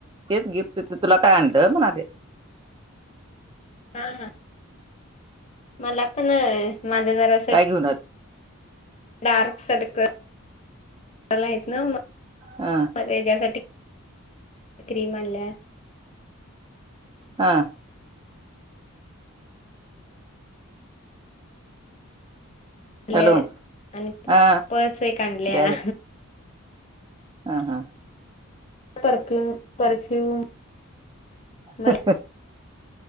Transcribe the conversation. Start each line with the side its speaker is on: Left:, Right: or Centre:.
Right: तेच गिफ्टचच तुला काय आणलं म्हणालोय.
Left: हा हा. मला पण माझं जरासं
Right: काय घेऊन आली.
Left: दार सडकला आहेत ना मग
Right: हा.
Left: हेच्यासाठी क्रीम आणल्या.
Right: हा.
Left: लेअर
Right: हॅलो
Left: आणि
Right: हा
Left: पर्स एक आणल्या.
Right: बॅग हा हा.
Left: Perfume perfume.
Right: <unintelligible>
Left: मला